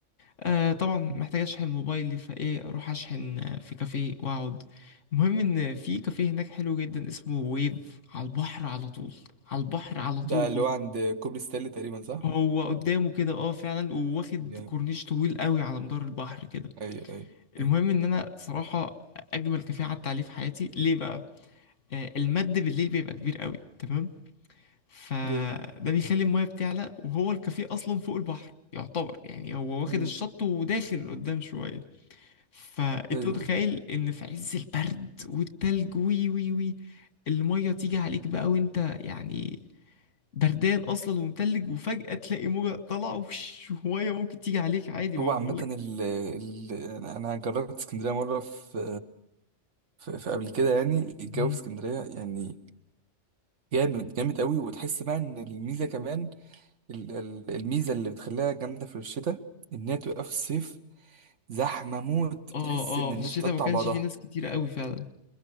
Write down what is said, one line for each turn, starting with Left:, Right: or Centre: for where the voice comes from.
Left: آه طبعا
Right: مم.
Left: محتاج اشحن موبايلي فايه اروح اشحن آه، في كافيه واقعد المهم ان في كافيه هناك حلو جدا اسمه ويف على البحر على طول على البحر على طول
Right: ده اللي هو عند كوبري ستانلي تقريبا صح
Left: هو قدامه كده اه فعلا وواخد
Right: جامد
Left: كورنيش طويل قوي على مدار البحر كده
Right: ايوه ايوه
Left: المهم
Right: ايوه
Left: ان انا صراحة اجمل كافيه قعدت عليه في حياتي ليه بقى آه المد بالليل بيبقى كبير قوي تمام فده
Right: جامد
Left: بيخلي المايه بتعلى وهو الكافيه اصلا فوق البحر يعتبر يعني هو واخد
Right: مم.
Left: الشط وداخل قدام شويه فانت
Right: ايوه
Left: متخيل
Right: ايوه
Left: ان في عز البرد والتلج وي وي وي المايه تيجي عليك بقى وانت يعني بردان اصلا ومتلج وفجاه تلاقي موجه طالعه وش ميه ممكن تيجي عليك عادي ما
Right: هو عامة
Left: بقولك
Right: ال ال انا أنا جربت اسكندرية مرة في في في قبل كده يعني الجو
Left: مم.
Right: في اسكندرية يعني جامد جامد قوي وتحس بقى ان الميزة كمان ال- ال- الميزة اللي بتخليها جامدة في الشتاء ان هي تبقى في الصيف زحمة موت بتحس
Left: اه اه
Right: إن الناس
Left: في الشتاء
Right: بتقطع
Left: ما كانش
Right: بعضها
Left: في ناس كتيره قوي فعلا